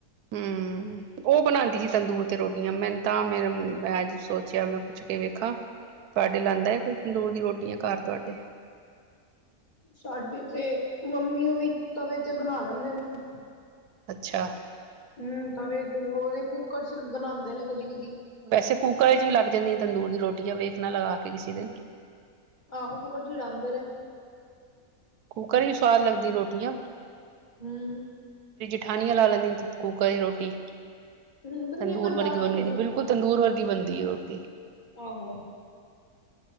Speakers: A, on the right (about 80°); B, on the left (about 30°).
A: ਹਮ ਉਹ ਬਣਾਉਂਦੀ ਸੀ ਤੰਦੂਰ ਤੇ ਰੋਟੀਆਂ ਮੈਨੂੰ ਤਾਂ ਮੇ ਮੈਂ ਅੱਜ ਸੋਚਿਆ ਮੈਂ ਪੁੱਛ ਕੇ ਵੇਖਾਂ ਤੁਹਾਡੇ ਲਾਉਂਦਾ ਹੈ ਕੋਈ ਤੰਦੂਰ ਦੀ ਰੋਟੀ ਆ ਘਰ ਤੁਹਾਡੇ
B: ਸਾਡੀ ਤੇ ਮੰਮੀ ਉਹੀ ਤਵੇ ਤੇ ਬਣਾ ਲੈਂਦੇ ਨੇ
A: ਅੱਛਾ
B: ਹਮ ਤਾਂਵੇ ਉਹਦੇ ਕੁੱਕਰ ਚ ਬਣਾਉਂਦੇ ਨੇ ਕਦੀ-ਕਦੀ
A: ਵੈਸੇ ਕੂੱਕਰ ਵਿੱਚ ਵੀ ਲੱਗ ਜਾਂਦੀਆਂ ਤੰਦੂਰ ਦੀ ਰੋਟੀਆਂ ਵੇਖਣਾ ਲਗਾ ਕੇ ਕਿਸੇ ਦਿਨ
B: ਆਹੋ ਕੁਕਰ ਚ ਲਾਉਦੇ ਨੇ
A: ਕੁੂਕਰ ਵੀ ਸਵਾਦ ਲਗਦੀ ਰੋਟੀਆਂ
B: ਹਮ
A: ਠਾਣੀਆਂ ਲਾ ਲੈਂਦੀ ਹ ਕੂਕਰ ਰੋਟੀ
B: ਹੂੰ
A: ਤੰਦੂਰ
B: ਨਹੀਂ ਪਰ
A: ਵਰਗੀ
B: ਦਾਦੀ
A: ਬਣ
B: ਨੂੰ
A: ਸੀ ਬਿਲਕੁਲ ਤੰਦੂਰ ਵਰਗੀ ਬਣਦੀ ਦੀ ਰੋਟੀ
B: ਆਹੋ-ਆਹੋ